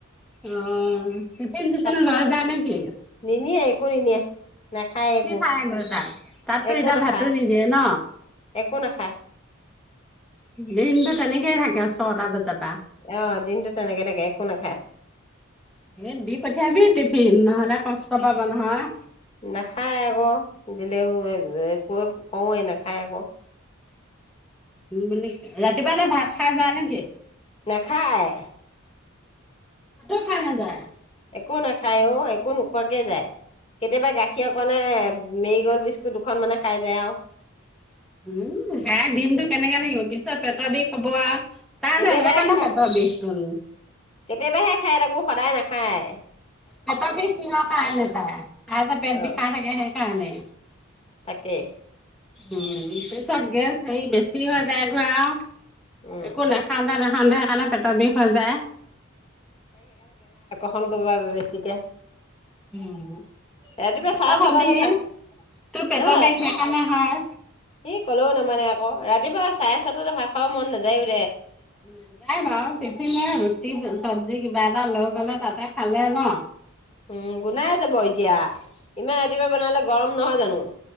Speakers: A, in the centre; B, on the left.
A: অঁ তিফিন চিফিন
B: সাত
A: লৈ যায় নেকি
B: নিনিয়ে একো নিনিয়ে নাখায় একো
A: কি খাই আগতাল তাতো
B: একো
A: এতিয়া
B: নাখায়
A: ভাতো নিদিয়ে ন
B: একো নাখায়
A: দিনতটো তেনেকৈইে থাকে ছটা বজাৰ পৰা
B: অ', দিনটো তেনেকে থাকে একো নাখায়।
A: এ দি পঠিয়াবি টিফিন নহলে পাঁচটা বন হয়
B: নাখায় আকৌ দিলেওঁ কৈ কওঁৱেই নাখায় আকৌ
A: বুলি ৰাতিপুৱা ন ভাত খাই যায় নেকি
B: নাখায়
A: কটো খাঁই নাযায়
B: একো নাখায় অঁ একো ন নোখোৱাকৈ যায় কেতিয়াবা গাখীৰ অকনণে মেৰি গ'ল্ড বিস্কুট দুখন মানে খাই যায় আৰু
A: উম হে দিনতটো কেনেকৈ থাকিব পিছত পেট বিষ হব তাই
B: কেতিয়াবাই
A: সেইকাৰণে
B: খাই
A: পেটৰ বিষটোন
B: কেতিয়াবাহে খায় তাকো সদায় নাখে খাই
A: পেটৰ বিষ কিহৰ কাৰণে তাই, খাই লৈ পেট
B: অ
A: বিষাই থাকে হে কিহৰ কাৰণে
B: তাকেই
A: উম পাছত গেছ সেই বেছি হৈ যায় গৈ আৰু
B: উম
A: একো নাখাওঁতে নাখাওঁতে সেইকাৰণে পেটৰ বিষ হৈ যায়
B: ফোন কৰিব বাবে বেছিকৈ
A: উম,
B: ৰাতিপুৱা চাই
A: তই খাবি,
B: চটা যে ভাল
A: তোৰ পেটৰ
B: ন
A: বিষ সেইকাৰণে হয়।
B: ই কলেওঁ নামানে আকৌ ৰাতিপুৱা চাই ভাত খাব মন নযায়
A: নাযায় বাৰ টিফিন ৰুটি চব্জি কিবা এটা লৈ গলে তাতে খালে ন
B: উম গুনাইছে যাব এতিয়া ইমান ৰাতিপুৱা বনালে গৰম নহয় জানো